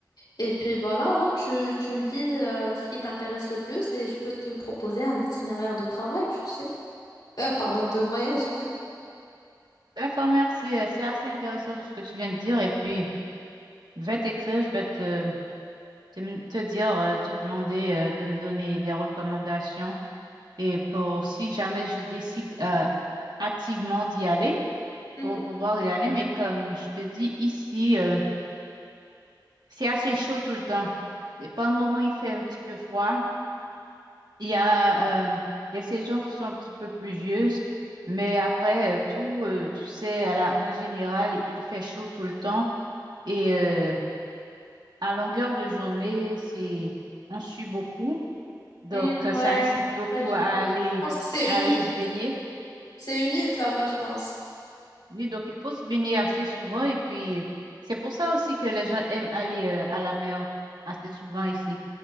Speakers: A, on the left; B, on the right.
A: Et puis voilà, hein, tu, tu me dis euh, ce qui t'intéresse le plus et je peux te proposer un itinéraire de travail, tu sais. Euh, pardon, de voyage.
B: D'accord, merci. Euh, C'est assez intéressant tout ce que tu viens de dire. Et puis,
A: <laughs>
B: je vais t'écrire, je vais te, te, m- te dire, euh, te demander euh, de me donner des recommandations. Et pour si jamais je décide euh, activement d'y aller,
A: Mhm.
B: pour pouvoir y aller. Mais comme je te dis, ici, euh, c'est assez chaud tout le temps. Et par moment, il fait un petit peu froid. Il y a euh, des saisons qui sont un petit peu pluvieuses, mais après euh, tout, euh, tu sais, à la- en général, il fait chaud tout le temps et euh, à longueur de journée, c'est on sue beaucoup, donc
A: Mm,
B: euh, ça
A: ouais,
B: incite beaucoup
A: ouais, je
B: à aller
A: vois. Je pense que c'est
B: à
A: humide.
B: aller se baigner.
A: C'est humide là-bas, je pense.
B: Et donc il faut se baigner assez souvent et puis c'est pour ça aussi que les gens aiment aller euh, à la mer assez souvent ici.